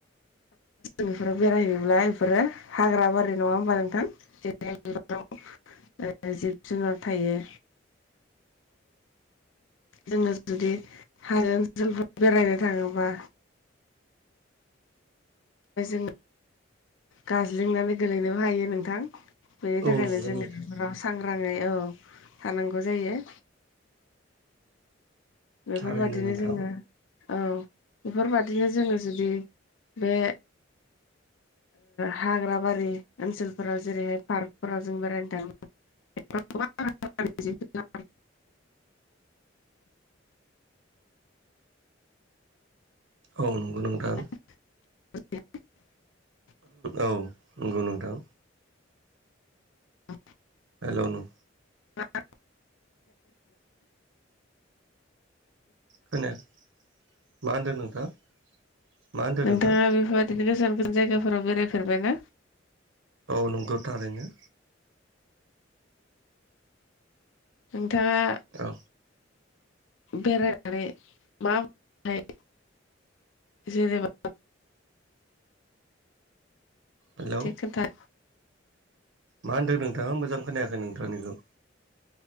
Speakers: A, on the left (about 80°); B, on the right (about 70°).
A: निफोराव बेरायहैयोब्ला बेफोरो हाग्रा बारि नङा होमबा नोंथां जेरै बिफोराव जिब जुनार थायो जोङो जुदि हाजो ओनसोलफोर बेरायनो थाङोबा ओ जोंङ गाजलिोंनानै गोलैनोबो हायो नोंथां बेनि
B: औ
A: थाखायनो
B: नंगौ
A: जोङो
B: नोंथां
A: राव सांग्राङै औ थानांगौ जायो बेफोरबायाददिनो
B: थारैनो नोंथां
A: जोङो औ बेफोरबायादिनो जोङो जुदि बे हाग्र बारि ओनसोलफोराव जेरैहाय पार्कफोराव जों बेरायनो थाङो <unintelligible>
B: औ नंगौ नोंथां
A: <unintelligible>
B: औ नंगौ नोंथां
A: औ
B: हेल' नों
A: मा
B: खोनाया मा होनदो नोंथां? मा होनदों
A: नोंथाङा
B: नोंथां
A: बेफोर बादिनो गोजान गोजान जायगाफोराव बेरायफेरबाय ना?
B: औ नंगौ थारैनो।
A: नोंथाङा
B: औ
A: बेरायनानै मा <inaudible> जेनेबा
B: हेलौ
A: से खोन्था
B: मा होन्दो नोंथाङा मोजां खोनायाखै नोंथांनिखौ